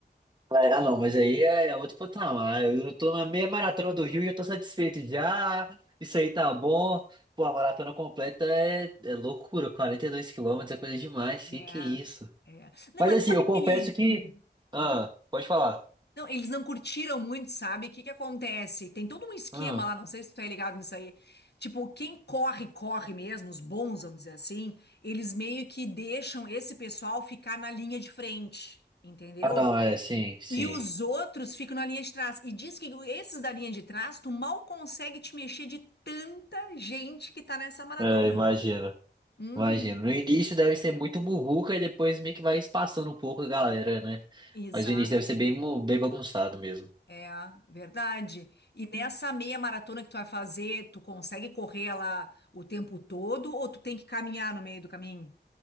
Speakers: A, on the right; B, on the left.
A: Ah, ah, não, mas aí é é outro patamar. Eu tô na meia maratona do Rio e já tô satisfeito já. Isso aí tá bom. Pô, a maratona completa é, é loucura. quarenta e dois quilômetros é coisa demais. Que
B: É,
A: que é isso?
B: é. Não,
A: Mas
B: mas
A: assim,
B: sabe
A: eu confesso
B: que ele...
A: que.
B: Hum.
A: Ah, pode falar.
B: Não, eles não curtiram muito, sabe? O que que acontece? Tem todo um esquema
A: Ah,
B: lá, não sei se tu tá ligado nisso aí. Tipo, quem corre, corre mesmo, os bons, vamos dizer assim, eles meio que deixam esse pessoal ficar na linha de frente, entendeu?
A: ah não, é, sim, sim.
B: E os outros ficam na linha de trás. E diz que esses da linha de trás, tu mal consegue te mexer de tanta gente que tá nessa maratona.
A: É, imagina.
B: Uhum,
A: Imagina. No início deve ser muito muvuca e depois meio que vai espaçando um pouco a galera, né?
B: exato.
A: Mas o início deve ser bem, mu- bem bagunçado mesmo.
B: É, verdade. E nessa meia maratona que tu vai fazer, tu consegue correr lá o tempo todo ou tu tem que caminhar no meio do caminho?